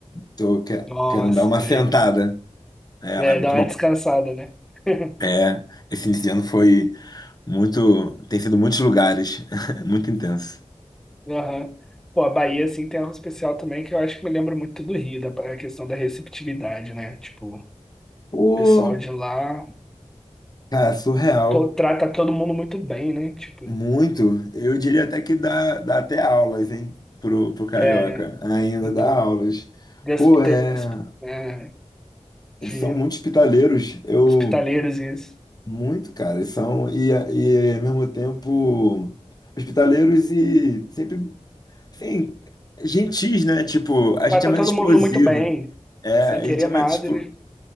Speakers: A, on the left (about 35°); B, in the centre.
A: Tô que-
B: Nossa,
A: querendo dar uma
B: Bahia
A: <laughs> sentada.
B: é muito bom.
A: É,
B: É,
A: lá é muito
B: dá uma
A: bom.
B: descansada, né? <laughs>
A: É, esse início de ano foi muito, tem sido muitos lugares, <laughs> muito intenso.
B: Aham. Pô, a Bahia, assim, tem algo especial também que eu acho que me lembra muito do Rio, da a questão da receptividade, né? Tipo, o
A: Pô,
B: pessoal de lá
A: cara, surreal.
B: to- trata todo mundo muito bem, né? Tipo,
A: Muito, eu diria até que dá, dá até aulas, hein, pro, pro carioca,
B: é, né?
A: ainda
B: Um
A: dá
B: pouco.
A: aulas.
B: De, hospi-
A: Pô, é,
B: é,
A: eles
B: de
A: são muito hospitaleiros, eu,
B: hospitaleiros e isso.
A: muito, cara, eles são, e, e ao mesmo tempo, hospitaleiros e sempre, assim, gentis, né, tipo, a
B: Tá,
A: gente
B: tá
A: é mais
B: todo
A: explosivo,
B: mundo muito bem,
A: é,
B: sem
A: a
B: querer
A: gente é mais,
B: nada.
A: explo-
B: Eles...